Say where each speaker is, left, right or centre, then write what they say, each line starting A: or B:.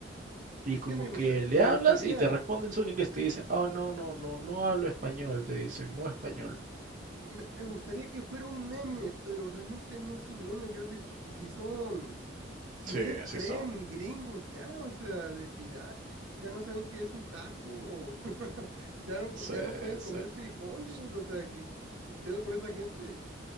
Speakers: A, on the right; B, on the right.
A: Y
B: Y es
A: como
B: que me
A: que
B: gusta,
A: le
B: me
A: hablas
B: gustaría
A: y te responden solo en inglés, te dicen, oh, no, no, no, no hablo español, te dicen, no español.
B: Sí, y me, me gustaría que fuera un meme, pero realmente no es un meme. Yo he visto que sí son, sí
A: Sí,
B: se
A: así
B: creen
A: son.
B: gringos ya, o sea, de que ya, ya, ya no saben qué es un taco, <laughs> ya no,
A: Sí,
B: co- ya no pueden
A: sí.
B: comer frijoles, o sea, ¿qué, qué pedo con esa gente?